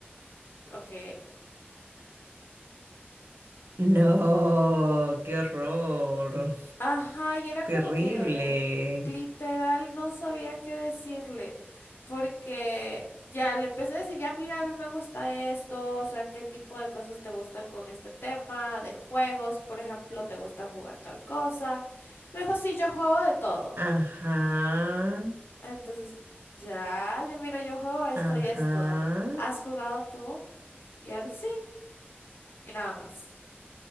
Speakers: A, on the left; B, on the right.
A: ok.
B: No, qué horror,
A: Ajá, y era
B: terrible.
A: como que literal no sabía qué decirle, porque ya le empecé a decir, ya mira, a mí me gusta esto, o sea, qué tipo de cosas te gustan con este tema, de juegos, por ejemplo, te gusta jugar tal cosa. Me dijo, sí, yo juego de todo.
B: Ajá.
A: Entonces, ya, ya mira, yo juego esto
B: Ajá.
A: y esto. ¿Has jugado tú? Y él, sí, y nada más.